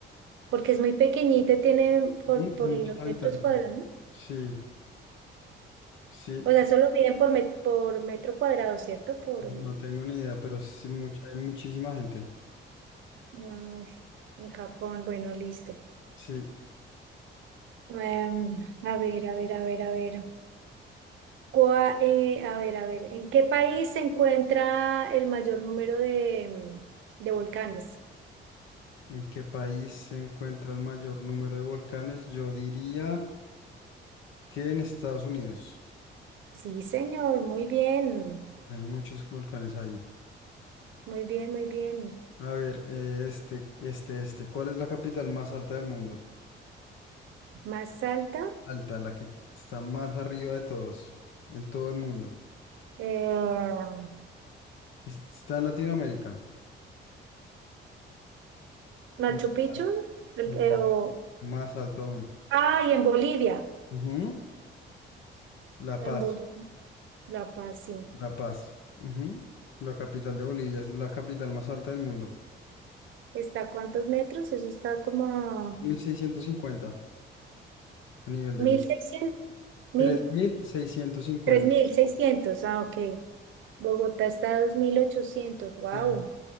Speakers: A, on the right (about 75°); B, on the left (about 80°).
A: porque es muy pequeñita, y tiene por,
B: Ujú.
A: por
B: Muchos
A: los
B: habitantes.
A: metros cuadrados.
B: Sí, sí,
A: O sea, solo miden por, met- por metro cuadrado, ¿cierto? Por, mm,
B: no tengo ni idea, pero sí, much- hay muchísima gente.
A: no, en Japón, bueno, listo.
B: Sí.
A: Em, a ver, a ver, a ver, a ver. Cua- eh, a ver, a ver, ¿en qué país se encuentra el mayor número de, mm, de volcanes?
B: ¿En qué país se encuentra el mayor número de volcanes? Yo diría que en Estados Unidos.
A: Sí, señor, muy bien,
B: Hay muchos volcanes allí.
A: muy bien, muy bien.
B: A ver, eh, este, este, este. ¿Cuál es la capital más alta del mundo?
A: Más alta,
B: Alta, la que está más arriba de todos, en todo el mundo.
A: eh,
B: Es- Está en Latinoamérica.
A: Machu
B: Más
A: Picchu,
B: alta.
A: el-
B: No,
A: eh, o
B: más alto aún.
A: Ah, y en Bolivia,
B: Ujú, La
A: en
B: Paz,
A: Bolivia, La Paz, sí.
B: La Paz. ujú, La capital de Bolivia es la capital más alta del mundo.
A: ¿Está a cuántos metros? Eso está como a
B: mil seiscientos cincuenta a nivel del
A: mil
B: mar.
A: seiscientos, mil,
B: tres mil seiscientos cincuenta
A: tres mil seiscientos. Ah, ok. Bogotá está a 2800. Wow.
B: Sí,